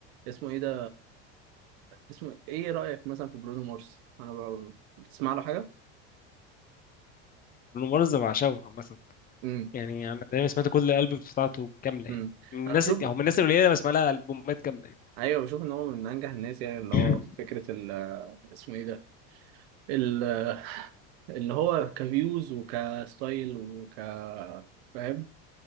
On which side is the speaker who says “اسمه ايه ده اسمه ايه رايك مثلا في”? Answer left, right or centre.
Right